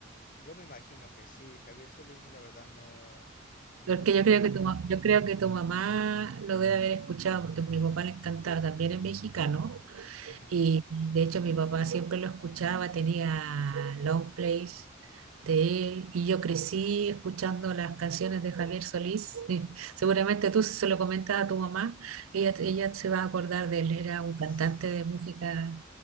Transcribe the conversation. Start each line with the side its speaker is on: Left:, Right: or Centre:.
Left: Yo me imagino que sí, Javier Solís la verdad no, no
Right: Porque
Left: lo ubico
Right: yo creo
Left: tanto.
Right: que tu, ma- yo creo que tu mamá lo debe haber escuchado porque a mi papá le encantaba, también es mexicano.
Left: Ajá.
Right: Y y de hecho mi papá siempre lo escuchaba, tenía long plays de él. Y yo crecí escuchando las canciones de Javier Solís. <laughs> Seguramente tú si se lo comentas a tu mamá, ella, ella se va a acordar de él. Era un
Left: S-
Right: cantante de música